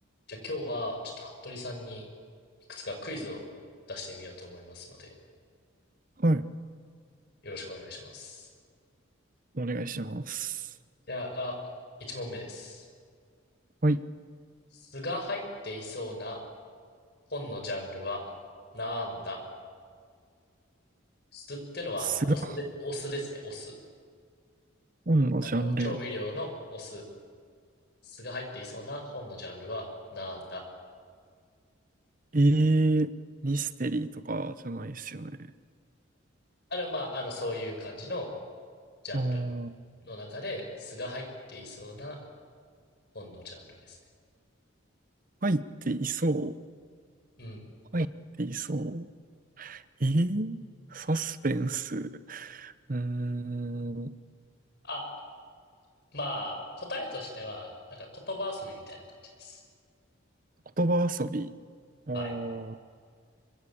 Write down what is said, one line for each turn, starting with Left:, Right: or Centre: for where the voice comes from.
Left: じゃあ今日はちょっと服部さんにいくつかクイズを出してみようと思いますので、
Right: はい。
Left: よろしくお願いします。
Right: お願いします。
Left: じゃあ、1問目です。
Right: はい。
Left: 酢が入っていそうな本のジャンルはなんだ酢ってのはあの、
Right: スが、
Left: お酢で、お酢ですね、お酢。
Right: 本のジャンル。
Left: あの、調味料のお酢。酢が入っていそうな本のジャンルはなんだ
Right: えー、ミステリーとかじゃないですよね。
Left: あれはまあ、あの、そういう感じのジャンル
Right: あー、
Left: の中で、酢が入っていそうな本のジャンルですね。
Right: 入っていそう。
Left: うん。
Right: 入っていそう。えー、サスペンス。うーん、言
Left: あ、まあ、答えとしては、なんか言葉遊びみたいな感じです。
Right: 葉遊び。あー、
Left: はい。